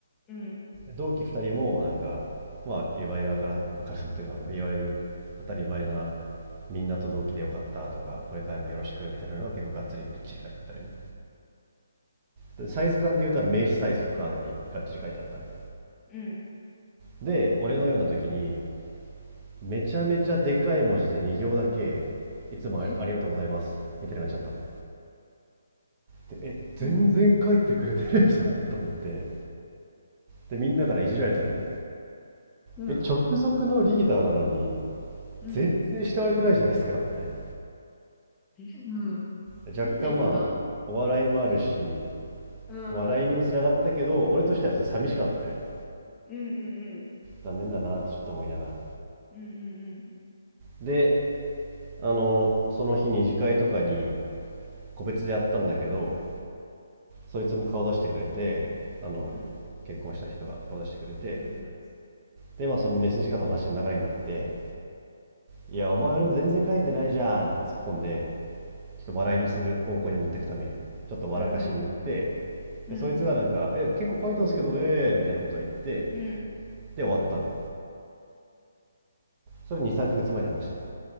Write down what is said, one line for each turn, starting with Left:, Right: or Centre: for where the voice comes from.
Left: うん、
Right: 同期2人もなんか、まあ、いわゆるからあさもというかあのいわゆる当たり前なみんなと同期でよかったとかこれからもよろしくみたいなのが結構がっつりびっちり書いてあったのよねでサイズ感で言うとあの名刺サイズのカードにがっちり書いてあったのよ
Left: うんっ。
Right: で俺の読んだ時にめちゃめちゃでかい文字で2行だけいつもあありがとうございますみたいな感じだったのよ
Left: え、
Right: でえ全然書いてくれてるじゃんと思って
Left: うんっ。
Right: でみんなからいじられたのよ
Left: うん、
Right: え直属のリーダーなのに
Left: うん。
Right: 全然慕われてないじゃないですかみたいな
Left: えぇうん。
Right: 若干まあお笑いもあるし
Left: なんだよ、んだ。ああ。
Right: 笑いにもつながったけど俺としては普通に寂しかったのよね
Left: うん、いいぉん、
Right: 残念だなってちょっと思いながら
Left: うん。うん、うん。
Right: であのその日二次会とかに個別でやったんだけどそいつも顔出してくれてあの
Left: うん。
Right: 結婚した人が顔出してくれて
Left: うんつぅぅぅぅぅ
Right: でまあそのメッセージカードの話の流れになって「いやお前俺の全然書いてないじゃん」って突っ込んでちょっと笑いにする方向に持っていくためにちょっと笑かしに行って
Left: ん。うんん…
Right: でそいつがなんか「え結構書いたんですけどね」みたいなことを言って
Left: うん、うん、うん。
Right: で終わったのよそれ23ヶ月前の話ね